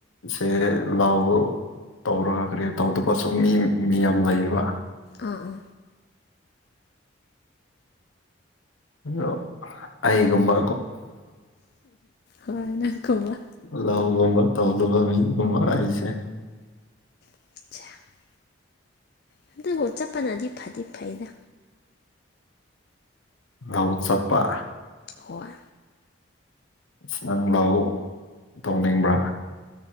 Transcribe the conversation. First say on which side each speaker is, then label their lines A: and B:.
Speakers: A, on the left; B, on the left.
A: ꯁꯦ ꯂꯥꯎ ꯇꯧꯔꯒ ꯀꯔꯤ ꯇꯧꯗꯄꯁꯨ ꯃꯤ ꯃꯤ ꯌꯥꯝ ꯂꯩꯌꯦꯕ
B: ꯑꯥ ꯑꯥ
A: ꯑꯗꯣ ꯑꯩꯒꯨꯝꯕ
B: ꯍꯣꯏ ꯅ ꯀꯩꯕ
A: ꯂꯧꯒꯨꯝꯕ ꯇꯧꯗꯕ ꯃꯤꯒꯨꯝꯕ ꯑꯩꯁꯦ
B: ꯑ ꯑꯗꯨꯇꯕꯨ ꯆꯠꯄꯅꯗꯤ ꯐꯗꯤ ꯐꯩꯔꯥ
A: ꯂꯎ ꯆꯠꯄꯥ
B: ꯍꯣꯏ
A: ꯑ ꯅꯪ ꯂꯥꯎ ꯇꯧꯅꯤꯡꯕ꯭ꯔꯥ